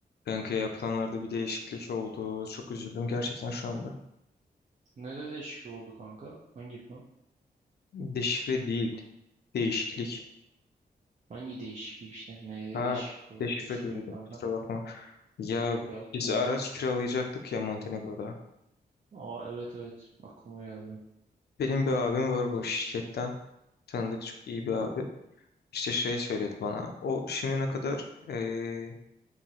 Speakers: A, on the left; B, on the right.
A: Kanka yapılanlarda bir değişiklik oldu. Çok üzüldüm gerçekten şu anda.
B: Nede değişiklik oldu kanka? Hangi plan?
A: Deşifre değil. Değişiklik.
B: Hangi değişiklik işte? Neyde
A: Ha
B: değişiklik oldu
A: deşifre
B: diye soruyorum
A: duydum
B: kanka.
A: kusura bakma. Ya
B: Yok ya
A: biz
B: sanırım.
A: araç kiralayacaktık ya Montenegro'da.
B: Aa evet evet aklıma geldi.
A: Benim bir abim var bu şirketten. Tanıdık çok iyi bir abi. İşte şey söyledi bana. O şimdiye kadar eee,